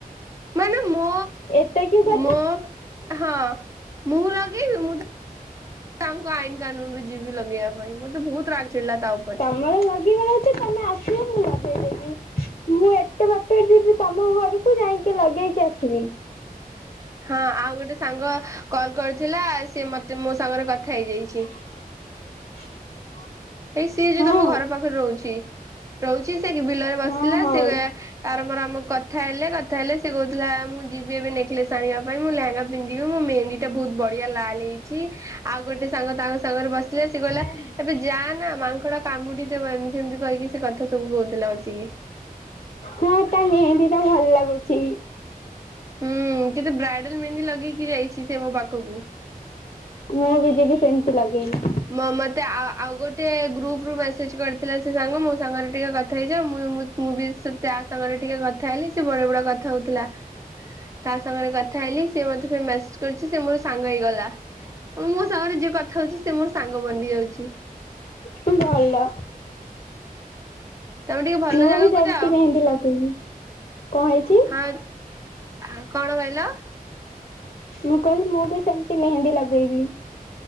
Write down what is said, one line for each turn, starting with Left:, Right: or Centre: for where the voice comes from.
Right: ମାନେ ମୋ
Left: ଏଟା କି କଥା।
Right: ମୋ ହଁ ମୁଁ ଲଗେଇବି ମୁଁ ତାଙ୍କ ଆଇନ କାନୁନରେ ଯିବି ଲଗେଇବା ପାଇଁ ମୋତେ ବହୁତ ରାଗ ଚିଡିଲା ତା ଉପରେ।
Left: ଆମର ଲଗେଇଗାର ଅଛି ତମେ ଆସିବ ମୁଁ ଲଗେଇ ଦେବି। ମୁଁ ଏତେ ବାଟ ଯିବି ତମ ଘରକୁ ଯାଇକି ଲଗେଇକି ଆସିବି।
Right: ହଁ ଆଉ ଗୋଟେ ସାଙ୍ଗ କଲ କରିଥିଲା ସିଏ ମୋତେ ମୋ ସାଙ୍ଗରେ କଥା ହେଇଯାଇଛି।
Left: <inaudible>
Right: ଏଇ ସିଏ ଯୋଉ
Left: ହଁ
Right: ତମ ଘର ପାଖରେ ରହୁଛି। ରହୁଛି ସେ ବିଲରେ ବସିଥିଲା
Left: ହଁ ହଁ
Right: ସେ ଏ ତାର ମୋର ଆମ କଥା ହେଲେ କଥା ହେଲେ ସେ କହୁଥିଲା ମୁଁ ଯିବି ଏବେ ନେକଲେସ ଆଣିବା ପାଇଁ ମୁଁଲେହେଙ୍ଗା ପିନ୍ଧିବି ମୁଁ ମେହେନ୍ଦୀ ଏଇଟା ବହୁତ ବଢିଆ ଲାଲ ହେଇଛି ଆଉ ଗୋଟେ ସାଙ୍ଗ ତାଙ୍କ ସାଙ୍ଗରେ ବସିଲେ ସିଏ କହିଲା
Left: <inaudible>
Right: ଏବେ ଯା ନା ମାଙ୍କଡ କାମୁଡିଦବ ଏମିତି ସେମିତି କହିକି ସେ କଥା ସବୁ କହୁଥିଲା ବସିକି।
Left: ହଁ ତା ମେହେନ୍ଦୀ ଟା ଭଲ ଲାଗୁଛି।
Right: ହୁଁ କିନ୍ତୁ ବ୍ରାଇଡାଲ ମେହେନ୍ଦି ଲଗେଇକି ଯାଇଛି ସେ ମୋ ପାଖକୁ।
Left: ମୁଁ ବି ଯିବି ସେମତି ଲଗେଇବି।
Right: ମୋ ମୋତେ ଆଉ ଗୋଟେ ଗ୍ରୁପରୁ ମେସେଜ କରିଥିଲା ସେ ସାଙ୍ଗ ମୋ ସାଙ୍ଗରେ ଟିକେ କଥା ହେଇଯାଅ ମୁଁ ମୁଁ ବି ସେ ତା ସାଙ୍ଗରେ ଟିକେ କଥା ହେଲି ସେ ବଡ ବଡ କଥା ହଉଥିଲା। ତା ସାଙ୍ଗରେ କଥା ହେଲି ସ ମୋତେ ଫିର୍ ମେସେଜ କରୁଛି ସେ ମୋର ସାଙ୍ଗ ହେଇଗଲା ମୁଁ ସାଙ୍ଗରେ ଯିଏ କଥା ହଉଛି ସେ ମୋର ସାଙ୍ଗ ବନି ଯାଉଛି।
Left: ତୁ ଭଲ।
Right: ତମେ ଟିକେ ଭଲ
Left: ମୁଁ
Right: ଜାଗାକୁ
Left: ବି ସେମିତି
Right: ଯାଅ
Left: ମେହେନ୍ଦୀ ଲଗେଇବି କଣ ହେଇଛି?
Right: ହଁ ଆଉ କଣ କହିଲ?
Left: ମୁଁ କହିଲି ମୁଁ ବି ସେମିତି ମେହେନ୍ଦୀ ଲଗେଇବି।